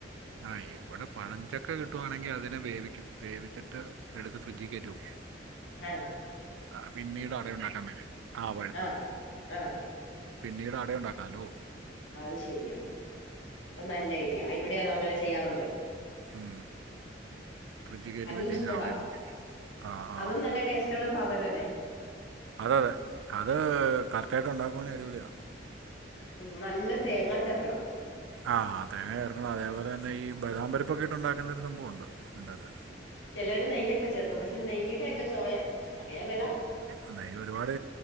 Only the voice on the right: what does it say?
ആ ഇവിടെ പഴഞ്ചക്ക കിട്ടവാണെങ്കിൽ അതിനെ വേവിക്കും വേവിച് <unintelligible> എടുത്ത് ഫ്രിഡ്ജിൽ കേറ്റു <unintelligible>
ആ പിന്നീട് അട ഉണ്ടാക്കാൻ വേണ്ടി ആ പഴുത്തത്
പിന്നീട് അട ഉണ്ടാക്കാലോ
ഉ ഫ്രിഡ്ജ് കയറ്റി
വെച്ച്
കഴിഞ്ഞാൽ അവിടെ ഇരുന്നോളും ആ ആ
അതതെ അത് കറക്റ്റ് ആയിട്ട് ഉണ്ടാക്കുവാണ അടിപൊളിയാ
ആഹ് തേങ്ങ ചേർക്കണം അതേപോലെ തന്നെ ഈ ബദാംമ്പരിപ്പൊക്കെ ഇട്ടുണ്ടാക്കുന്ന ഒരു സംഭവമ്മുണ്ട് അധിനകത്ത്
എന്നാ ഒരുപാട്